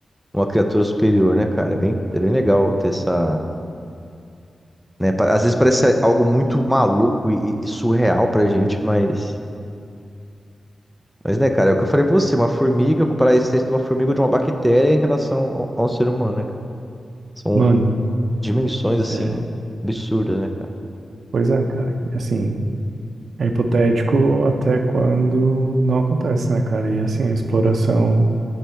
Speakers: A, in the centre; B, on the right.
A: uma criatura superior, né, cara? É bem, é bem legal ter essa. Né? pa- Às vezes parece algo muito maluco e, e- e surreal pra gente, mas. Mas, né, cara, é o que eu falei pra você, uma formiga, comparar a existência de uma formiga ou de uma bactéria em relação ao, ao ser humano, né? cara? São
B: Mano,
A: dimensões, assim,
B: é,
A: absurdas, né, cara?
B: pois é, cara. E assim, é hipotético até quando não acontece, né, cara? E assim, a exploração